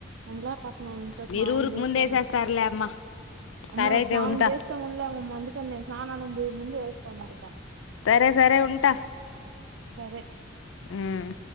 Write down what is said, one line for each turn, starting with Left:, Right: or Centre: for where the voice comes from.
Right: <unintelligible> ఇంకా
Left: మీరు
Right: స్నానం
Left: ఊరుకు
Right: చేస్తాను
Left: ముందేసేస్తారులే అమ్మా సరే
Right: అమ్మా
Left: అయితే
Right: స్నానం
Left: ఉంటా
Right: చేస్తాంలేమ్మా మండుతూ స్నానం పోయే ముందు <unintelligible>
Left: సరే సరే ఉంటా
Right: సరే
Left: ఉమ్